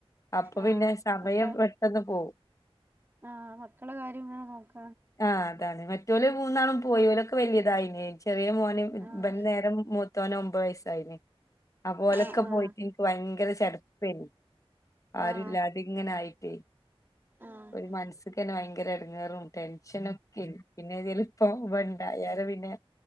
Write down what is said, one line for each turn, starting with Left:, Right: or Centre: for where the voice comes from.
Left: അപ്പൊ പിന്നെ
Right: ആഹ്
Left: സമയം
Right: മക്കൾ
Left: പെട്ടെന്ന് പോവും.
Right: ആഹ് മക്കളുടെ കാര്യം ഇങ്ങനെ നോക്കാം
Left: ആഹ് അതാണ് മറ്റോല് മൂന്നാളും പോയി ഓലക്കെ വല്യധയില്ലെ ചെറിയ മോന്
Right: ആഹ്
Left: ഇവൻ്റെ നേരെ മൂത്തോന് ഒമ്പത് വയസ്സായിന് അപോലൊക്കെ
Right: ആഹ്
Left: പോയിട്ട് ഭയങ്കര ചടപെനി ആരുല്ലാതിങ്ങനൊയിട്ടേ
Right: ആഹ് ആഹ് ആഹ്
Left: ഒരു മനസ്‌കാന്നെ ഭയങ്കര ഇടങ്ങേറും ടെൻഷനൊക്കെ- പിന്നെ ഇതിലിപ്പോണ്ടായാലോ പിന്നെ